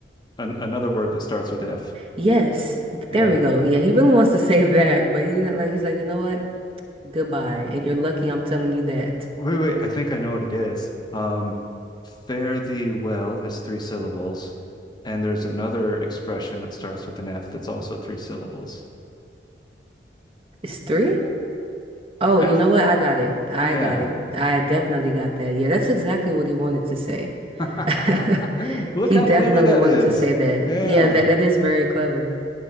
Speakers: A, on the left (about 25°); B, on the right (about 35°).
A: An another word that starts with F.
B: Yes,
A: Yeah.
B: there we go. Yeah, he really wants to <laughs> say that, but you know, like he's like, you know what? Goodbye. And you're lucky I'm telling you that.
A: Wait, wait, I think I know what it is. Um, fare thee well has three syllables, and there's another expression that starts with an F that's also three syllables.
B: It's three? Oh, you
A: F,
B: know what? I got it. I
A: yeah.
B: got it. I definitely got that. Yeah, that's exactly what he wanted to say.
A: <laughs>
B: <laughs>
A: Look
B: He
A: how
B: definitely
A: clever that
B: wanted
A: is.
B: to say that.
A: Yeah.
B: Yeah, that that is very clever.